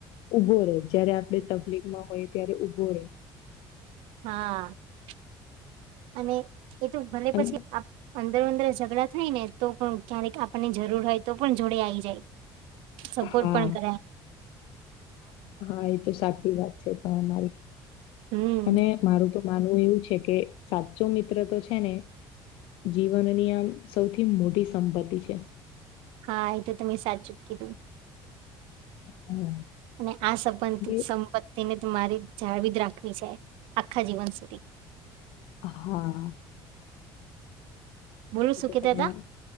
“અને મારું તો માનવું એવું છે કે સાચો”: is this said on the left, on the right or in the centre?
Left